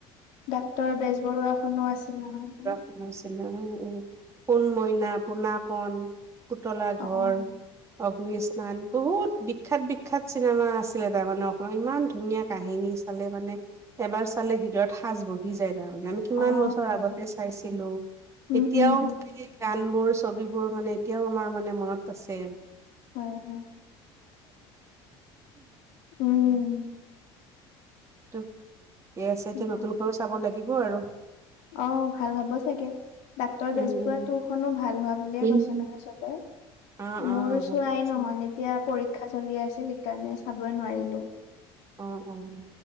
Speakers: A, on the left; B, on the right.
A: ডাক্তৰ বেজবৰুৱাখনো আছিল নহয় এখন।
B: <unintelligible> <unintelligible> উম উম সোণমইনা, পুনাকন পুতলা
A: অ',
B: ঘৰ। অগ্নি স্নান, বহুত বিখ্যাত বিখ্যাত চিনেমা আছিলে তাৰমানে অসমত ইমান ধুনীয়া কাহিনী। মানে এবাৰ চালে হৃদয়ত সাঁচ বহ বহি যায় তাৰমানে। আমি কিমান
A: অ',
B: বছৰ আগতে চাইছিলোঁ,
A: উম,
B: এতিয়াও
A: উম,
B: সেই গানবোৰ ছবিবোৰ মানে এতিয়াও আমাৰ মানে মনত আছে
A: হয়, হয়, উম,
B: <unintelligible> পিছে এতিয়া
A: বাহ।
B: নতুনখনো চাব লাগিব আৰু।
A: অ' ভাল হব চাগে, ডাক্তৰ বেজবৰুৱা
B: উম উম
A: টু খনো ভাল হোৱা বুলিয়ে
B: উম।
A: কৈছে নহয় চবে।
B: অ', অ',
A: মোৰ
B: ভালে
A: চোৱাই
B: আছে
A: ন'হলে। এতিয়া পৰীক্ষা চলি আছিল সেইকাৰণে চাবই নোৱাৰিলো।
B: অ', অ',